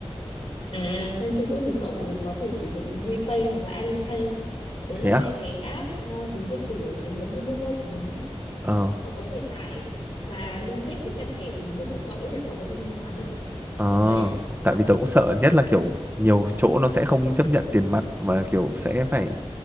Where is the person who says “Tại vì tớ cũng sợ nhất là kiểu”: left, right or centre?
Right